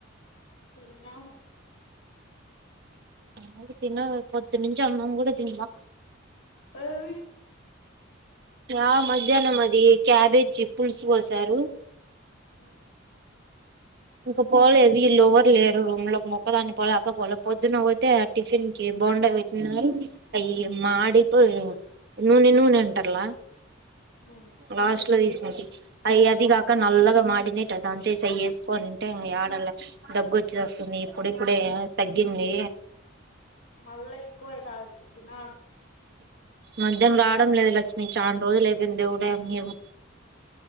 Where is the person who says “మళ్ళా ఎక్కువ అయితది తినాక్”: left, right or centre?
Left